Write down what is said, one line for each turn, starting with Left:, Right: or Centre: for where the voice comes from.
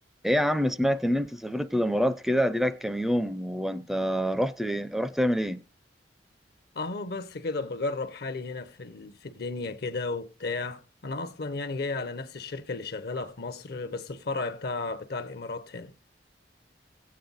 Centre: ايه يا عم سمعت ان انت سافرت الامارات كده ادي لك كام يوم هو انت رحت ايه رحت تعمل ايه
Left: اهو بس كده بجرب حالي هنا في ال- في الدنيا كده وبتاع انا اصلا يعني جاي على نفس الشركة اللي شغالة في مصر بس الفرع بتاع بتاع الامارات هنا